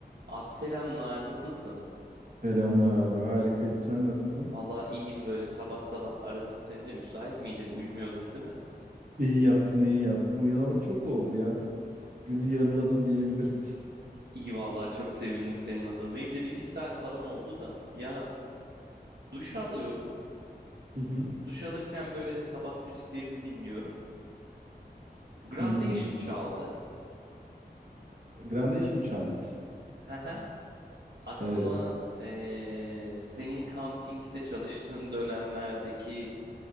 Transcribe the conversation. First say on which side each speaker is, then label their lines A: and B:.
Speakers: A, on the right; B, on the right.
A: Abi selamlar, nasılsın?
B: Selamlar abi harikayım. Sen nasılsın?
A: Vallahi iyiyim böyle sabah sabah aradım seni de müsait miydin? Uyumuyordun değil mi?
B: İyi yaptın iyi yaptın. Uyanalı çok oldu ya. Günü yarıladım diyebilirim.
A: İyi vallahi çok sevindim senin adına. Benim de bir, bir saat falan oldu da ya duş alıyordum.
B: <laughs> Hı hı.
A: Duş alırken böyle sabah müziklerini dinliyorum. Grandation
B: Hmm.
A: çaldı.
B: Grandation Chant.
A: Haha. Aklıma
B: Evet.
A: eee, senin kampingde çalıştığın dönemlerdeki